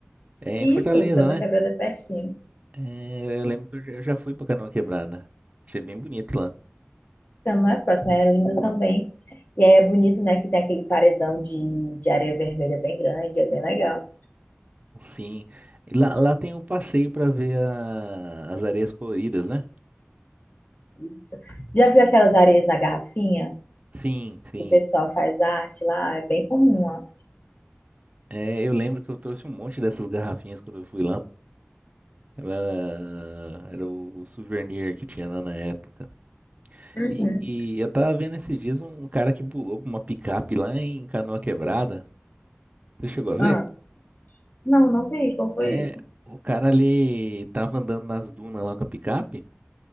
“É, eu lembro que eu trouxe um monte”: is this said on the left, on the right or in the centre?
Right